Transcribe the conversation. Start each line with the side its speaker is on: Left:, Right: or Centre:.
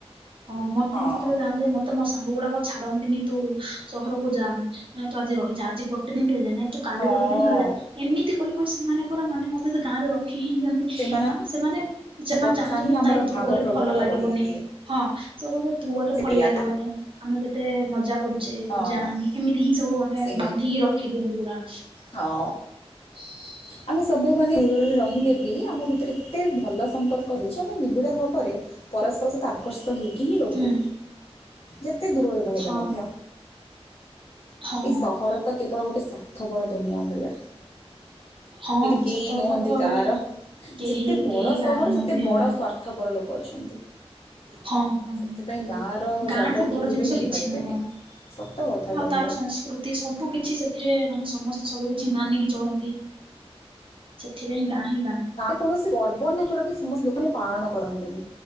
Right: ହଁ ମତ
Left: ହଁ
Right: ମୁଁ ଯେତେବେଳେ ଯାଉଜି ମ ତ ମୋ ସାଙ୍ଗ ଗୁଡାକ ଛାଡନ୍ତିନି ତୁ ସହରକୁ ଯା ନାଇଁ ତୁ ଆଜି ରହିଯା ଆଜି ଗୁ ଗୋଟେ ଦିନ ରହିଯା ନାଇଁ ତୁ କାଲି
Left: ହଁ
Right: ଗୋଟେ ଦିନ ରହିଯା ଏମିତି କହି କହି ସେମାନେ ପୁରା ମାନେ ମତେ ସେ ଗାଁରେ ରଖୀଇ ହିଁ ଦିଅନ୍ତି
Left: ସେମାନଙ୍କ
Right: ମାନେ ସେମାନେ ସେମାନେ
Left: କଥା
Right: ଚାହୁଁଛନ୍ତି
Left: ହିଁ ଆମର
Right: ନାଇଁ ତୁ
Left: ଭାବ
Right: ଗଲେ
Left: ପ୍ରବଣତା
Right: ଭଲ ଲାଗିବନି।
Left: ବଢ଼େଇ ଦିଏ
Right: ହଁ ସେବୁ କହିବେ ତୁ ଗଲେ
Left: ସେଇଆ
Right: ଭଲ ଲାଗିବନି ଆମେ କେତେ ମଜା କରୁଛେ
Left: ହଁ
Right: ତୁ ଯାନି ଏମିତି ହିଁ ସବୁ ମାନେ
Left: ସେଇଆ
Right: ବାନ୍ଧିକି ରଖିଦିଅନ୍ତି ପୁରା।
Left: ହଁ
Right: <inaudible>
Left: ଆମେ ସବୁମାନେ ଦୂରରେ ରହିଲେ ବି ଆମ ଭିତରେ ଏତେ ଭଲ ସମ୍ପର୍କ ରହିଛି ଆମେ ନିବିଡ଼ ଭାବରେ ପରସ୍ପର ସହିତ ଆକର୍ଷିତ ହେଇକି ହିଁ ରହୁ
Right: ହୁଁ
Left: ଯେତେ ଦୂରରେ ରହିଲେ
Right: ହଁ
Left: ମଧ୍ୟ।
Right: ହଁ
Left: ଏଇ ସହର ତ କେବଳ ଗୋଟେ ସାର୍ଥ ପର ଦୁନିଆ ଭଳିଆ।
Right: ହଁ
Left: ଏଠି କେହି
Right: ସତ କଥା
Left: ନୁହନ୍ତି
Right: ତ ଆଉ
Left: କାହାର
Right: କେହି
Left: ଯେତେ ବଡ
Right: କେହି
Left: ସହର
Right: କାହାର ନୁହନ୍ତି
Left: ସେତେ
Right: ହଁ।
Left: ବଡ ସ୍ବାର୍ଥ ଥପର ଲୋକ ଅଛନ୍ତି।
Right: ହଁ ହଁ
Left: ସେଥିପାଇଁ
Right: ହଁ ସେ
Left: ଗାଁର
Right: ଗାଁ
Left: ଜାଗା
Right: ଠୁ ବଡ
Left: କେହି
Right: ଜିନିଷ
Left: ବି ନେଇପାରିବେନି
Right: କିଛି ନୁହଁ।
Left: ସତ କଥା
Right: ଆଉ
Left: କହିଲ
Right: ତାର ସଂସ୍କୃତି ସବୁ କିଛି ସେଥିରେ ମାନେ ସମସ୍ତେ ସବୁ କିଛି ମାନିକି ଚଳନ୍ତି ସେଥିପାଇଁ ଗାଁ ହିଁ ଗାଁ।
Left: କୌଣସି ପର୍ବ ନାହି ଯଉଟାକି ସମସ୍ତ ଲୋକମାନେ ପାଳନ କରନ୍ତିନି